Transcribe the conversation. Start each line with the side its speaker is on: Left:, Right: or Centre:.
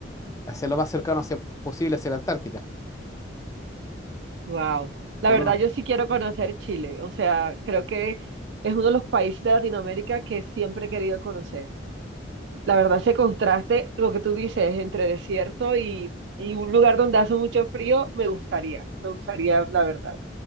Left: hacia lo más cercano hacia- posible hacia la Antártica.
Right: wow. La
Left: Por
Right: verdad,
Left: unos
Right: yo sí quiero conocer Chile. O sea, creo que es uno de los países de Latinoamérica que siempre he querido conocer. La verdad, ese contraste, lo que tú dices, entre desierto y, y un lugar donde hace mucho frío, me gustaría, me gustaría, la verdad.